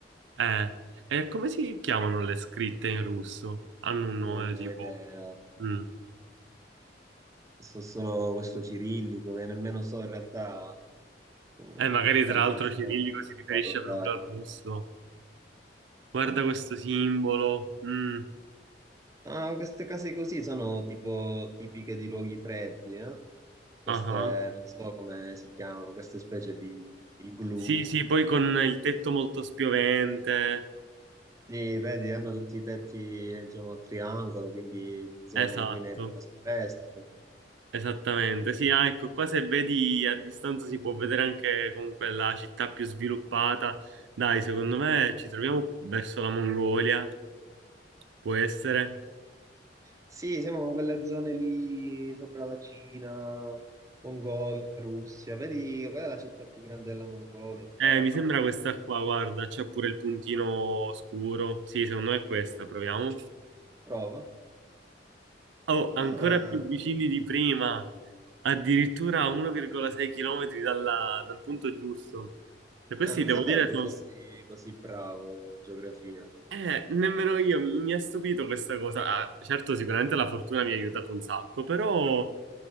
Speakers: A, on the right; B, on the right.
A: Eh, e come si chiamano le scritte in russo? Hanno un nome
B: non ne
A: tipo...
B: ho idea.
A: Mm.
B: So solo questo cirillico che nemmeno so in realtà mh,
A: Eh, magari
B: per quali
A: tra l'altro
B: nazioni
A: cirillico
B: si
A: si riferisce
B: può adottare.
A: proprio al russo. Guarda
B: Mm.
A: questo simbolo. Mm.
B: Ah, queste case così sono tipo tipiche di luoghi freddi, eh? Queste,
A: ah ah.
B: non so come si chiamano, queste specie di igloo.
A: Sì, sì, poi con il tetto molto spiovente.
B: Sì, vedi, hanno tutti i tetti, eh, diciamo, a triangolo, quindi zone
A: Esatto.
B: in cui nevica spesso.
A: Esattamente, sì, ah, ecco, qua se vedi a distanza si può vedere anche comunque la città più sviluppata. Dai, secondo
B: Mhm.
A: me ci troviamo verso la Mongolia, può essere.
B: Sì, siamo in quelle zone lì sopra la Cina, Mongolia, Russia. Vedi, quella è la città più grande della Mongolia, magari.
A: Eh, mi sembra questa qua, guarda, c'è pure il puntino scuro. Sì, secondo me è questa, proviamo.
B: Prova.
A: Oh, ancora
B: Ah,
A: più vicini di prima, addirittura a 1,6 km dal punto giusto. E questi,
B: ah, non
A: devo
B: sapevo
A: dire,
B: che
A: sono,
B: fossi così bravo in geografia.
A: Eh, nemmeno io mi mi ha stupito questa cosa. Ah, certo, sicuramente la fortuna mi ha aiutato un sacco, però